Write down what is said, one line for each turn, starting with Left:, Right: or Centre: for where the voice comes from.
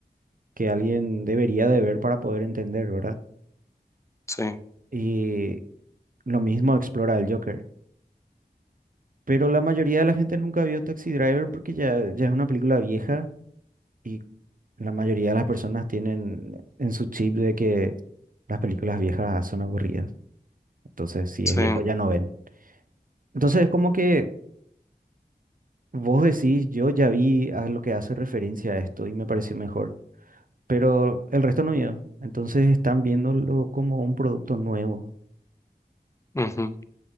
Right: que alguien debería de ver para poder entender, ¿verdad?
Left: sí,
Right: Y lo mismo explora el Joker. Pero la mayoría de la gente nunca vio Taxi Driver porque ya, ya es una película vieja y la mayoría de las personas tienen en su chip de que las películas viejas son aburridas. Entonces, si
Left: sí,
Right: es viejo, ya no ven. Entonces, es como que vos decís, yo ya vi a lo que hace referencia a esto y me pareció mejor, pero el resto no vio. Entonces, están viéndolo como un producto nuevo.
Left: ujú.